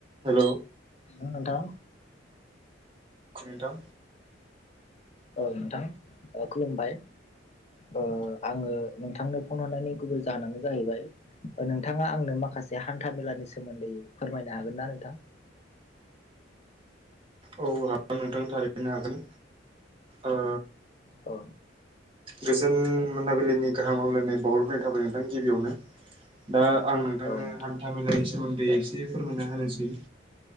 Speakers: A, on the right; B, on the left.
A: Hello
B: ना नोंथां।
A: नोंथां।
B: औ नोंथां ओ खुलुमबाय। ओ आङो नोंथांनो फन हरनायनि गुबै जाहोनानो जाहैबाय नोंथाङा आंनो माखासे हान्था मेलानि सोमोन्दै फोरमायनो हागोन ना नोंथां? <inaudible>
A: औ हागोन नोंथां थारैनो हागोन ओ
B: अ।
A: गोजोन मोनाबिलिनि गाहाम हामलायनाय बावहरग्रोनाय थाबाय नोंथां गिबियावनो। दा आं नोंथांनो
B: औ नोंथां
A: हान्था मेलानि सोमोन्दै एसे फोरमायना होनोसै।